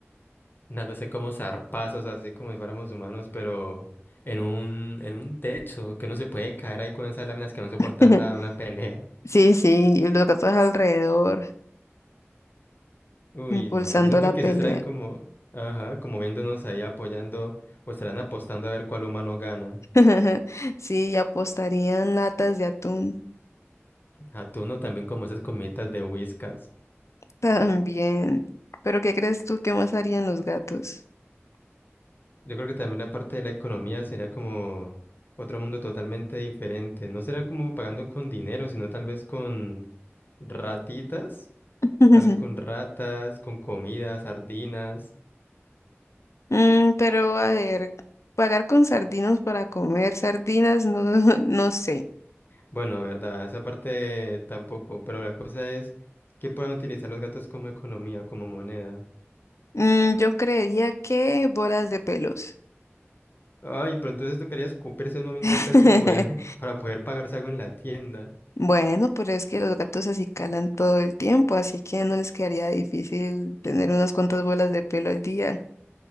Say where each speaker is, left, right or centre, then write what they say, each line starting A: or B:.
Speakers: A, on the left; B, on the left.
A: Dándose como zarpazos, así como si fuéramos humanos, pero en un, en un techo, que uno se puede caer ahí con esas láminas que no
B: <laughs>
A: soportan nada, una pelea.
B: Sí, sí, y los gatos alrededor,
A: Uy,
B: impulsando
A: no, yo siento
B: la
A: que
B: pelea.
A: se estarán como, ajá, como viéndonos ahí apoyando, o estarán apostando a ver cuál humano gana.
B: <laughs> Sí, y apostarían latas de atún
A: Atuno también como esas comitas de Whiskas.
B: también. Pero ¿qué crees tú que más harían los gatos?
A: Yo creo que también la parte de la economía sería como otro mundo totalmente diferente. No será como pagando con dinero, sino tal vez con ratitas.
B: <laughs>
A: Tal vez con ratas, con comidas, sardinas.
B: Mm, pero a ver, pagar con sardinos para comer sardinas, no, <laughs> no sé.
A: Bueno, verdad, esa parte tampoco, pero la cosa es que puedan utilizar los gatos como economía, como moneda.
B: Mm, yo creería que bolas de pelos.
A: Ay, pero entonces tocaría escupirse uno mismo
B: <laughs>
A: el pelo para poder, <laughs> para poder pagarse algo en la tienda.
B: Bueno, pero es que los gatos así calan todo el tiempo, así que no les quedaría difícil tener unas cuantas bolas de pelo al día.